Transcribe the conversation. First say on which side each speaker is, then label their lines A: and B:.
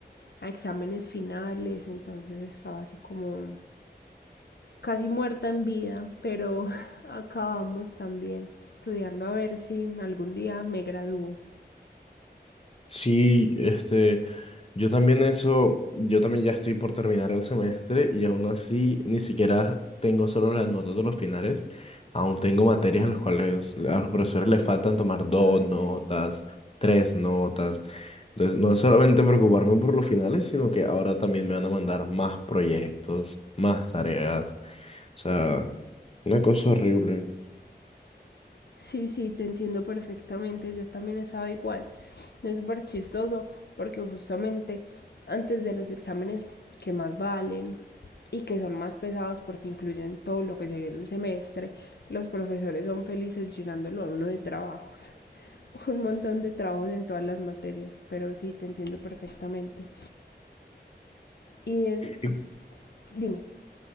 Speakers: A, on the left; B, on the left.
A: a exámenes finales, entonces estaba así como casi muerta en vida, pero <laughs> acabamos también estudiando a ver si algún día me gradúo.
B: Sí, este, Yo también eso, yo también ya estoy por terminar el semestre y aún así ni siquiera tengo solo las notas de los finales, aún tengo materias a las cuales a los profesores les faltan tomar dos
A: Ay,
B: notas,
A: sí.
B: tres notas. Entonces, no es solamente preocuparme por los finales, sino que ahora también me van a mandar más proyectos, más tareas. O sea, una cosa horrible.
A: Sí, sí, te entiendo perfectamente, yo también estaba igual. No Es súper chistoso porque justamente antes de los exámenes que más valen y que son más pesados porque incluyen todo lo que se vio en el semestre, los profesores son felices llenándolo a uno de trabajos <laughs> un montón de trabajos en todas las materias, pero sí, te entiendo perfectamente. Y en
B: Y,
A: Dime.